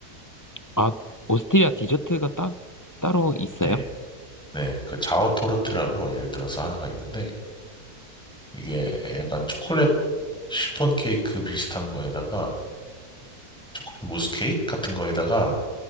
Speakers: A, on the left (about 20°); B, in the centre.
A: 아, 오스트리아 디저트가 딱, 따로 있어요?
B: 네. 네. 그 자오토르트라고 예를 들어서 하나가 있는데 이게 약간 초콜릿 시폰 케이크 비슷한 거에다가 초콜릿 무스 케이크 같은 거에다가